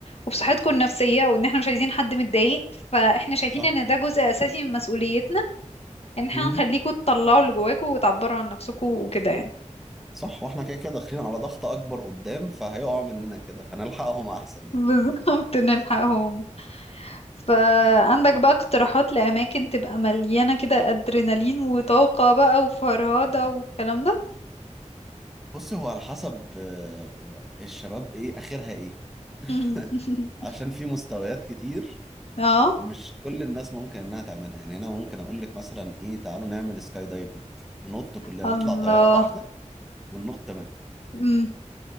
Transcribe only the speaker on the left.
وبصحتكم النفسيه وان احنا مش عايزين حد متضايق فاحنا شايفين
ان ده جزء اساسي من مسؤوليتنا ان احنا
نخليكم تطلعوا اللي جواكم وتعبروا عن نفسكم وكده يعني
<laughs>
بالظبط نلحقهم فعندك بقى اقتراحات لأماكن تبقى مليانة كده أدرينالين وطاقة بقى وفرهدة والكلام ده
<laughs>
اه
الله
مم.